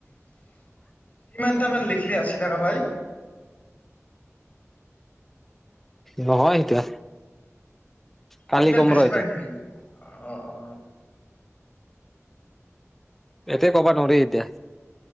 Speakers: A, on the left; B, in the centre.
A: কিমানটামান লিখিলি আশী টকা পাই।
B: নহয় এতিয়া কালি
A: তিতা
B: কম
A: বেছি
B: ৰ এতিয়া
A: পায় নেকি? অ অ
B: এতে কব নৰি এতিয়া।